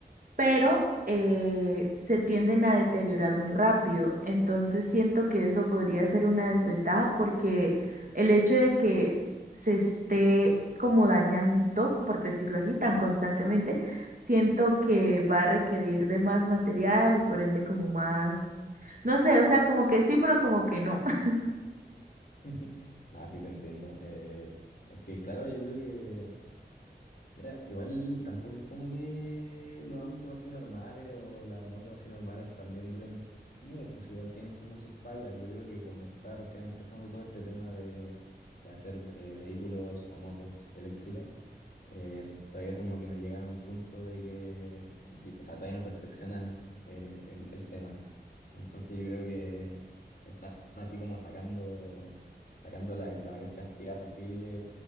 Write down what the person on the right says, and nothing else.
pero eh, se tienden a deteriorar muy rápido. Entonces siento que eso podría ser una desventaja porque el hecho de que se esté como dañando, por decirlo así, tan constantemente, siento que va a requerir de más material y por ende como más, no sé, o sea, como que sí, pero como que no. <laughs>